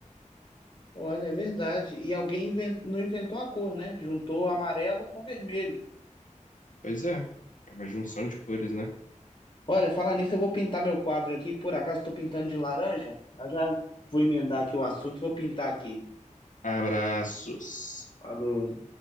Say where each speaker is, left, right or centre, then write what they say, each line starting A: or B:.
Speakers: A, on the left; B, on the left.
A: Olha, é verdade. E alguém inven- não inventou a cor, né? Juntou amarelo com vermelho.
B: Pois é, é uma junção de cores, né?
A: Olha, falar nisso, eu vou pintar meu quadro aqui, que por acaso estou pintando de laranja. Eu já vou emendar aqui o assunto, vou pintar aqui.
B: Abraços.
A: Falou.